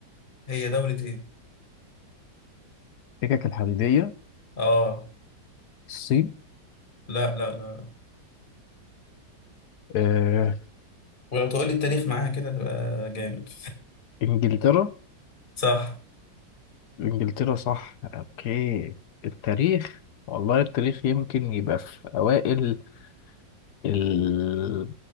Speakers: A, on the left; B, on the left.
A: هي دولة ايه
B: السكك الحديديه
A: اه
B: الصين
A: لا لا لا لا
B: آه.
A: ولو تقول لي التاريخ معاها كده تبقى جامد
B: انجلترا
A: <laughs> صح
B: انجلترا صح اوكي التاريخ والله التاريخ يمكن يبقى في اوائل ال...